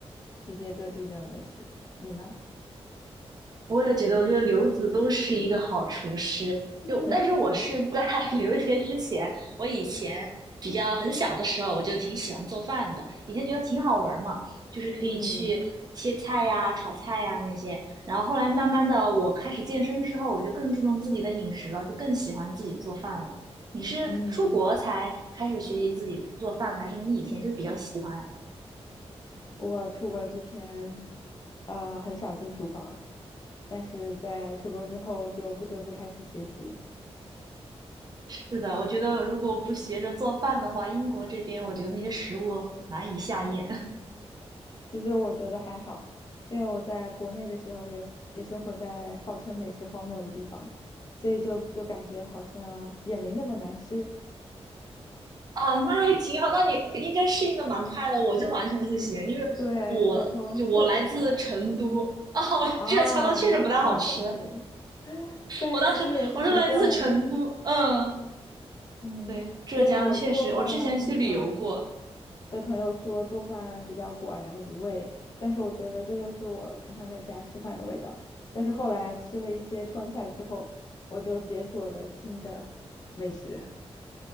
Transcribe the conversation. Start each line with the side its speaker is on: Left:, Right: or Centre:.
Left: 世界各地的美食。你呢？
Right: 我也觉得，我觉得刘子都是一个好厨师。
Left: <laughs>
Right: 就，但是我是在 <laughs> 留学之前，我以前比较很小的时候，我就挺喜欢做饭的。以前觉得挺好玩儿嘛，就是可以去切菜呀、
Left: 嗯
Right: 炒菜呀那些。然后后来慢慢的，我开始健身之后，我就更注重自己的饮食了，就更喜欢自己做饭了。你是出国才开始学习自己做饭的还是你以前就比较喜欢呀？
Left: 嗯，我出国之前，呃，很少进厨房，但是在出国之后就不得不开始学习。
Right: 是的，我觉得如果不学着做饭的话，英国这边我觉得那些食物难以下咽。<laughs>
Left: 其实我觉得还好，因为我在国内的时候也也生活在号称美食荒漠的地方，所以就就感觉好像也没那么难吃。
Right: 哦，那还挺好，那你应该适应的蛮快的，我就完全不行，因为我就我来自成都，
Left: 对，我从浙江来
Right: 哦，<laughs>
Left: 啊，
Right: 浙江它确实不太好吃，
Left: 那没事了，<laughs> 但其实也习惯了。
Right: 我当时我是来自成都，嗯，
Left: 嗯，
Right: 对，浙江确实，
Left: 所以我做饭经常
Right: 我之前去旅游过，
Left: 被朋友说做饭比较寡然无味，但是我觉得这就是我平常在家吃饭的味道。但是后来吃了一些川菜之后，我就解锁了新的美食